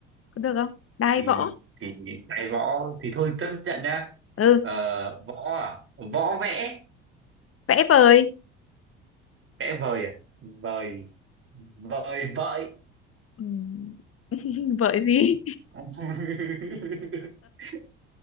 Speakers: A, on the left; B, on the right.
A: có được không đai
B: thì
A: võ
B: thì đáy võ thì thôi chấp nhận nhá
A: ừ
B: ờ, võ à võ vẽ
A: vẽ vời
B: vẽ vời à vời vời vợi
A: ừ. <laughs> vợi gì
B: <laughs>